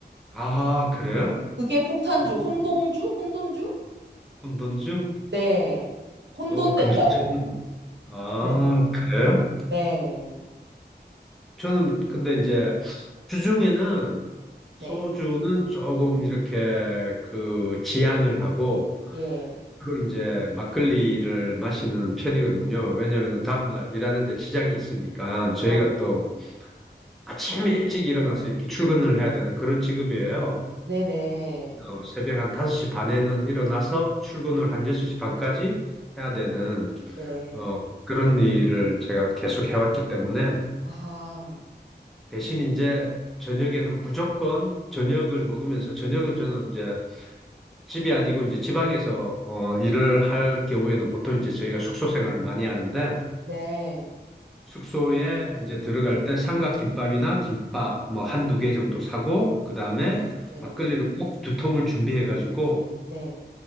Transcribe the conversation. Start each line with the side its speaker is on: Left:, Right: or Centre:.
Centre: 아, 그래요?
Right: 그게 폭탄주,
Centre: 어,
Right: 혼동주? 혼돈주?
Centre: 금돈주?
Right: 네. 혼돈된다고.
Centre: 어, 금시초문. 아,
Right: 네.
Centre: 그래요?
Right: 네.
Centre: 저는 근데 이제 주중에는 소주는
Right: 네.
Centre: 조금 이렇게 그 지양을 하고
Right: 예.
Centre: 주로 이제 막걸리를 마시는 편이거든요. 왜냐하면 다음날 일하는데 지장이 있으니까
Right: 아,
Centre: 저희가 또 아침에 일찍 일어나서 이렇게 출근을 해야 되는 그런 직업이에요.
Right: 네네. 네.
Centre: 어, 새벽 한 5시 반에는 일어나서 출근을 한 6시 반까지 해야 되는
Right: 네.
Centre: 어,
Right: 네.
Centre: 그런 일을 제가 계속 해왔기 때문에
Right: 아하.
Centre: 대신 이제 저녁에는 무조건 저녁을 먹으면서 저녁은 저는 이제 집이 아니고 이제 지방에서 어, 일을 할 경우에는 보통 이제 저희가 숙소 생활을 많이 하는데
Right: 네.
Centre: 숙소에 이제 들어갈 때 삼각김밥이나 김밥 뭐 한두 개 정도 사고 그다음에
Right: 네.
Centre: 막걸리를 꼭 두 통을 준비해 가지고
Right: 네.